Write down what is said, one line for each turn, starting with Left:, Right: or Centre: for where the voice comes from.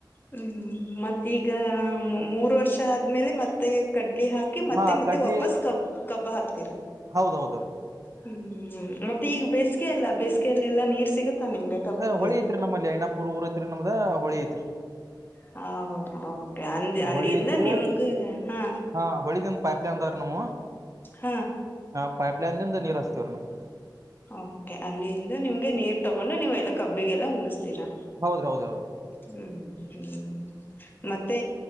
Left: ಹ್ಮ್ ಹ್ಮ್ ಮತ್ತ ಈಗ ಮೂರ್ ವರ್ಷ ಆದ್ಮೇಲೆ ಮತ್ತ ಕಡ್ಲಿ ಹಾಕ್ ಕಿ ಮತ್ತೆ
Right: ಹಾ
Left: ಮತ್ತೆ
Right: ಕಡ್ಲಿ
Left: ವಾಪಸ್ ಕಬ್ ಕಬ್ಬ ಹಾಕ್ತೀರಾ.
Right: ಹೌದ್ ಹೌದ್ರಿ
Left: ಹ್ಮ್ ಮತ್ತೆ ಈಗ ಬೇಸಿಗೆಯಲ್ಲಾ ಬೇಸಿಗೆಯಲ್ಲಿ ಎಲ್ಲಾ ನೀರ್ ಸಿಗುತ್ತಾ ನಿಮ್ಗೆ. ಕಬ್ಬಕ್ಕೆ
Right: ಹಾ ಹೊಳಿ ಐತ್ರಿ ನಮ್ಮಲ್ಲಿ ಐನಾಪುರ್ ಊರ್ ಐತ್ರಿ ನಮದ ಹೊಳಿ ಐತ್ರಿ.
Left: ಹಾ ಹಾ ಹಾ ಓಕೆ ಅಂದ ಅಲ್ಲಿಂದ
Right: ಹೊಳಿ ಐತ್ರಿ
Left: ನಿಮಗ ಹಾ.
Right: ಹಾ ಹೊಳಿದ ಒಂದು ಪೈಪ್ ಲೈನ್ ಅದಾವ್ರಿ ನಮವು.
Left: ಹಾ.
Right: ಆ ಪೈಪ್ ಲೈನ್ ದಿಂದ ನೀರ್ ಹಚ್ತೀವ್ರಿ ನಾವ್.
Left: ಓಕೆ ಅಲ್ಲಿಂದ ನಿಮ್ಗೆ ನೀರ್ ತಗೊಂಡು ನೀವ್ ಎಲ್ಲಾ ಕಬ್ಬಿಗೆಲ್ಲಾ ಉಣಿಸ್ತೀರಾ.
Right: ಹೌದ್ರಿ ಹೌದು ಹೌದು.
Left: ಹ್ಮ್ ಹ್ಮ್. ಮತ್ತೆ